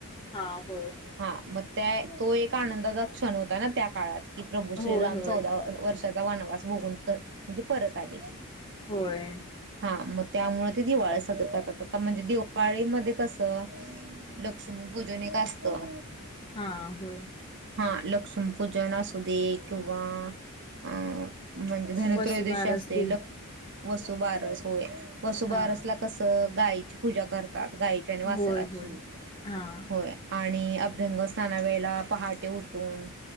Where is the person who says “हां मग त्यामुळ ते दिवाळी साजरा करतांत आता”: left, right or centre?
Right